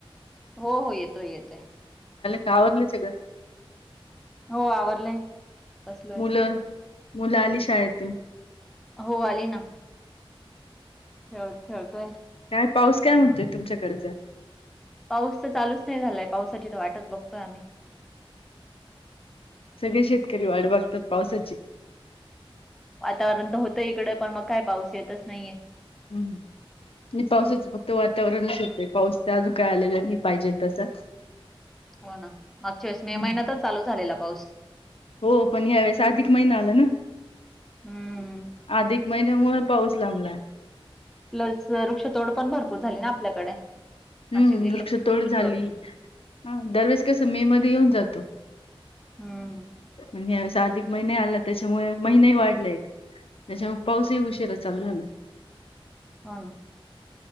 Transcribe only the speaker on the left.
गावातलंच हेय काय,
मुलं? मुलं आली शाळेतून?
काय पाऊस काय म्हणतुयं तुमच्याकडचा?
सगळे शेतकरी वाट बघत्यात पावसाची.
हम्म. आणि पावसाच फक्त वातावरणच होतयं, पाऊस तर अजून काय आलेला नाही पाहिजे तसा.
हम्म.
हो पण ह्या वेळेस अधिक महिना आला ना
अधिक महिन्यामुळे पाऊस लांबला.
हम्म,
वृक्ष तोड
झाली, दरवेळेस कसं मे मध्ये येऊन जातो.
आणि यावेळेस अधिक महिने आला त्याच्यामुळे महिने वाढले एक. त्याच्या मुळ पाऊसही उशिरा चालू झाला.